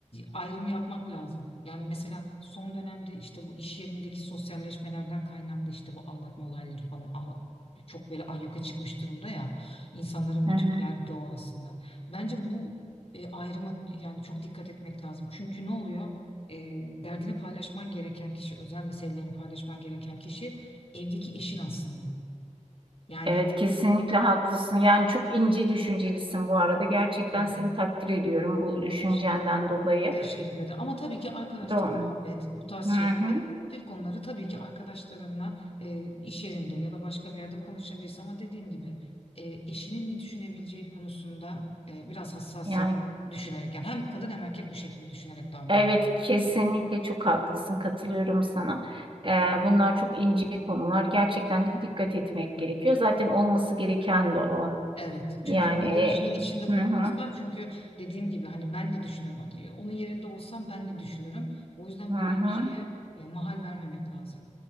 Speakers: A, on the left; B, on the right.
A: ayrımı yapmak lazım. Yani mesela son dönemde işte bu iş yerindeki sosyalleşmelerden kaynaklı işte bu aldatma olayları falan a- çok böyle ayyuka çıkmış durumda ya. İnsanların
B: Hı
A: bütün
B: hı.
A: derdi de o aslında. Bence bu e, ayrıma yani çok dikkat etmek lazım. Çünkü ne oluyor? E, derdini paylaşman gereken kişi, özel meselelerini paylaşman gereken kişi evdeki eşin aslında. Yani
B: Evet kesinlikle haklısın. Yani çok ince düşüncelisin bu arada. Gerçekten
A: yani
B: seni takdir ediyorum bu düşüncenden
A: teşekkür,
B: dolayı.
A: teşekkür ederim. Ama tabii ki arkadaşlık,
B: Doğru.
A: muhabbet, bu tarz
B: Hı
A: şeyleri,
B: hı.
A: hafif konuları tabii ki arkadaşlarınla e, iş yerinde ya da başka bir yerde konuşabilirsin. Ama dediğim gibi e, eşinin ne düşünebileceği konusunda e, biraz hassasiyet
B: Yani
A: düşünerek yani hem kadın hem erkek bu şekilde düşünerek davranıyor.
B: evet kesinlikle çok haklısın katılıyorum sana. Ee, bunlar çok ince konular gerçekten de dikkat etmek gerekiyor. Zaten olması gereken de o.
A: Evet. Çünkü
B: Yani
A: böyle
B: e,
A: bir şeyin içinde
B: hı
A: bulunmak
B: hı
A: istemem. Çünkü dediğim gibi hani ben ne düşünüyorum? At- Onun yerinde olsam ben ne düşünürüm? O yüzden
B: hı hı.
A: böyle bir şeye e, mahal vermemek lazım.